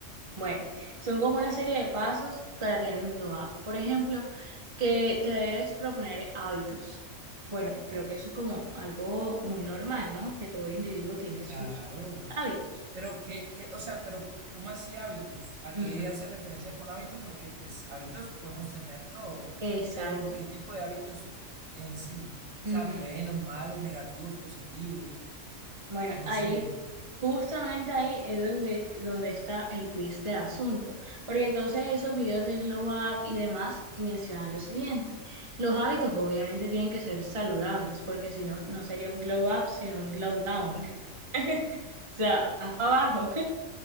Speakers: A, on the right; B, on the right.
A: Bueno, son como una serie de pasos para tener un glow up. Por ejemplo, que te debes proponer hábitos. Bueno, creo que eso es como algo muy normal, ¿no? Que todo individuo tiene
B: claro.
A: sus hábitos.
B: Pero qué, qué, o sea, pero ¿cómo así hábitos? ¿A qué
A: Ujú,
B: hace referencia con hábitos? Porque pues hábitos podemos tener todos,
A: Exacto.
B: pero ¿qué tipo de hábitos en sí? O
A: Ujú.
B: sea, buenos, malos, negativos, positivos,
A: Bueno,
B: no
A: ahí,
B: sé.
A: justamente ahí es donde, donde está el quiz del asunto, porque entonces esos videos de Glow Up y demás mencionan lo siguiente, los hábitos obviamente tienen que ser saludables, porque si no, no sería un Glow Up, sino un Glow Down, <laughs> o sea, más para abajo.